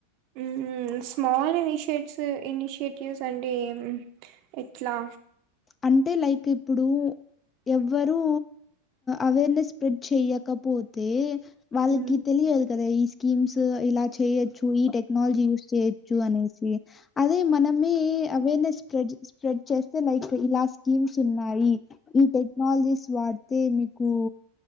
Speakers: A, on the right (about 50°); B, on the left (about 25°).
A: ఊహూ స్మాల్ ఇనిషియేట్స్ ఇనిషియేటివ్స్ అంటే ఏం ఎట్లా
B: అంటే లైక్ ఇప్పుడు ఎవ్వరు అవేర్నెస్ స్ప్రెడ్ చెయకపోతే వాళ్ళకి
A: ఉమ్
B: తెలియదు కదా ఈ స్కీమ్స్ ఇలా చేయొచ్చు ఈ టెక్నాలజీ యూజ్ చేయొచ్చు అనేసి అదే మనమ అవేర్నెస్ప్రడ్ స్ప్రెడ్ చేస్త లైక్ ఇలా స్కీమ్స్ ఉన్నాయి ఈ టెక్నాలజీస్ వా అయితే మీకు